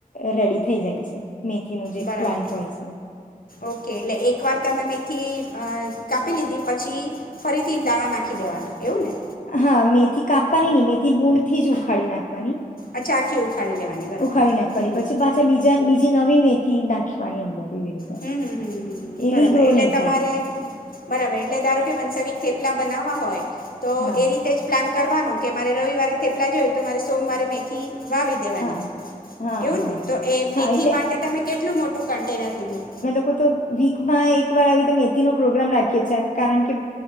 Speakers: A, on the left; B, on the left.
A: એ રેડી થઈ જાય છે. મેથીનું જે
B: બરાબર,
A: પ્લાન્ટ હોય છે
B: ઓકે એટલે એક વાર તમે મે થી કાપી લીધી પછી, ફરીથી દાણા નાખી દેવાના એવું? ને
A: હા મેથી કાપવાની ની મેથી ભુડથી જ ઉખાડી નાખવાની.
B: અચ્છા આખી ઉખાડી લેવાની બરાબર
A: ઉખાડી નાખવાની
B: હમ.
A: પછી પાછા બીજા નવી મેથી નાખવાની અંદર. એવી રીતે
B: હમ હમમ
A: એ
B: બરાબર
A: રીગ્રો
B: એટલે
A: નહી થાય
B: તમારે, બરાબર એટલે ધારો કે વનસવ થેપલા બનાવવા હોય. તો
A: હા
B: એ રીતે જ પ્લાન કરવાનું કે મારે રવિવારે થેપલા જોય તો મારે સોમવારે મેથી. વાવી દેવાની,
A: હા હા
B: એવું
A: હા
B: જ ને
A: હા
B: તો એ
A: હા
B: મેથી
A: એટલે
B: માટે તમે કેટલું મોટું કન્ટેનર લીધું?
A: હું તો વીકમાં એક વાર આવી રીતે મેથી નો પ્રોગ્રામ રાખીએ છીએ, કારણ કે